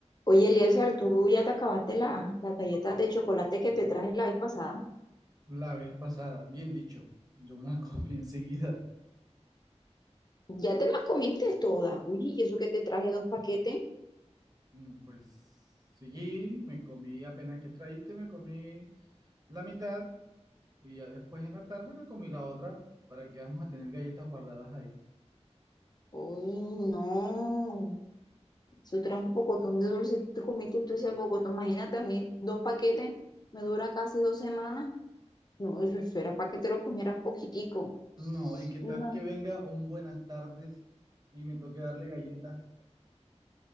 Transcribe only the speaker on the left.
Oye, Eliezer, tú ya te acabaste la- las galletas de chocolate que te traje la vez pasada.
Ya te las comiste todas. Uy, ¿y eso que te traje dos paquetes?
Uy, no. Eso trae un pocotón de dulce. Tú comiste tú ese pocotón. Imagínate a mí, dos paquetes me dura casi dos semanas. No, eso, eso era para que te lo comieras poquitico.
No,